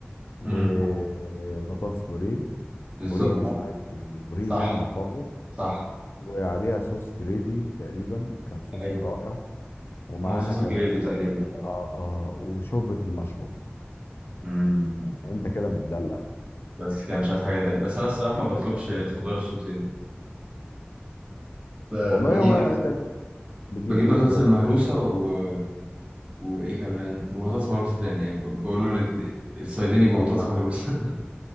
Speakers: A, on the left; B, on the right.
A: وبطاطس
B: امم
A: بوريه
B: بالظبط
A: بوريه مش ماشي يعني بوريه
B: صح
A: ناعمه خالص
B: صح
A: وعليها صوص جريفي تقريبا كان صوص
B: أيوه
A: رائع ومعاها
B: هو صوص
A: كمان
B: الجريفي
A: شوربة
B: تقريبا
A: آه آه وشوربة المشروم
B: امم
A: انت كده متدلع
B: بس كده مش عارف حاجة تانية بس أنا الصراحة
A: <laughs> انت
B: ما بطلبش
A: مش عايز حاجة تاني
B: خضار سوتيه ب-
A: والله
B: بجيب
A: هو يعني بتجيب
B: بجيب
A: ايه
B: بطاطس
A: بدل
B: المهروسة و... وإيه كمان وبطاطس مهروسة تانية يعني ب- بقول له الاتنين- الصيادين يبقى
A: اه
B: بطاطس اه مهروسة <laughs>